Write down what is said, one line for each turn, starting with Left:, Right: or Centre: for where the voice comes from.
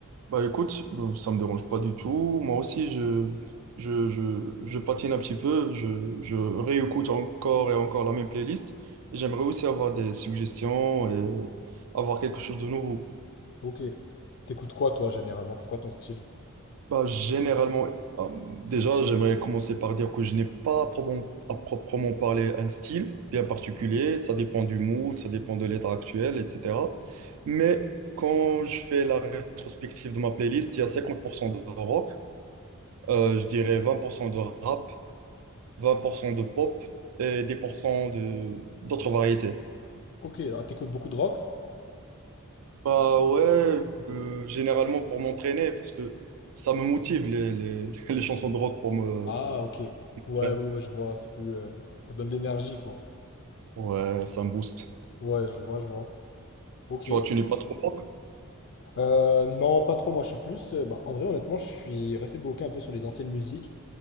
Right: Bah écoute, euh, ça me dérange pas du tout. Moi aussi, je, je, je, je patine un petit peu, je, je réécoute encore et encore la même playlist. Et j'aimerais aussi avoir des suggestions et avoir quelque chose de nouveau.
Left: Ok. T'écoutes quoi toi généralement? C'est quoi ton style?
Right: Bah, généralement, euh, déjà, j'aimerais commencer par dire que je n'ai pas à probon- à proprement parler un style bien particulier. Ça dépend du mood, ça dépend de l'état actuel, etc. Mais quand je fais la rétrospective de ma playlist, il y a 50% de rock, euh, je dirais 20% de rap, 10% de pop et 10% de d'autres variétés.
Left: Ok, ah, t'écoutes beaucoup de rock?
Right: Bah ouais, euh, généralement pour m'entraîner, parce que ça me motive les, les <laughs> les chansons de rock pour me...
Left: Ah, ok. Ouais,
Right: enfin,
Left: ouais, ouais, je vois, c'est plus. euh, ça donne de l'énergie quoi.
Right: Ouais, ça me booste.
Left: Ouais, je vois, je vois. Ok.
Right: Tu vois, tu n'es pas trop rock?
Left: Euh, non, pas trop. Moi, je suis plus. euh, bah, en vrai, honnêtement, je suis resté bloqué un peu sur les anciennes musiques.